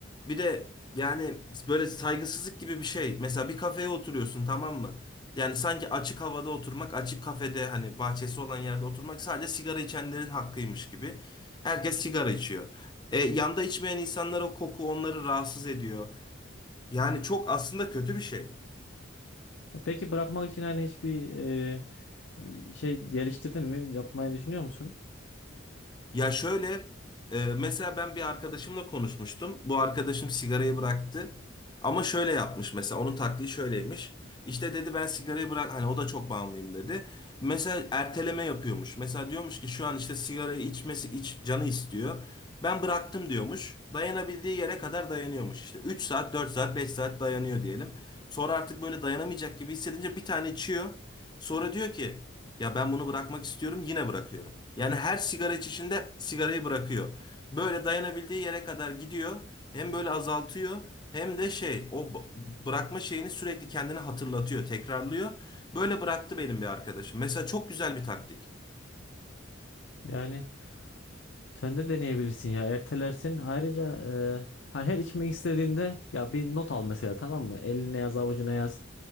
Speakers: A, on the left; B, on the left.
A: Bir de yani böyle saygısızlık gibi bir şey. Mesela bir kafeye oturuyorsun tamam mı? Yani sanki açık havada oturmak, açık kafede hani bahçesi olan yerde oturmak sadece sigara içenlerin hakkıymış gibi. Herkes sigara içiyor. E, yanda içmeyen insanlara koku onları rahatsız ediyor. Yani çok aslında kötü bir şey.
B: E Peki bırakmak için hani hiçbir e, şey geliştirdin mi? Yapmayı düşünüyor musun?
A: Ya şöyle e, mesela ben bir arkadaşımla konuşmuştum. Bu arkadaşım sigarayı bıraktı. Ama şöyle yapmış mesela onun taktiği şöyleymiş. İşte dedi ben sigarayı bırak hani o da çok bağımlıyım dedi. Mesela erteleme yapıyormuş. Mesela diyormuş ki şu an işte sigarayı içmesi iç canı istiyor. Ben bıraktım diyormuş. Dayanabildiği yere kadar dayanıyormuş. İşte 3 saat, 4 saat, 5 saat dayanıyor diyelim. Sonra artık böyle dayanamayacak gibi hissedince bir tane içiyor. Sonra diyor ki ya ben bunu bırakmak istiyorum yine bırakıyorum. Yani her sigara içişinde sigarayı bırakıyor. Böyle dayanabildiği yere kadar gidiyor. Hem böyle azaltıyor hem de şey o b- bırakma şeyini sürekli kendine hatırlatıyor, tekrarlıyor. Böyle bıraktı benim bir arkadaşım. Mesela çok güzel bir taktik.
B: Yani Sen de deneyebilirsin ya ertelersin. Ayrıca e, hani her içmek istediğinde ya bir not al mesela tamam mı? Eline yaz, avucuna yaz,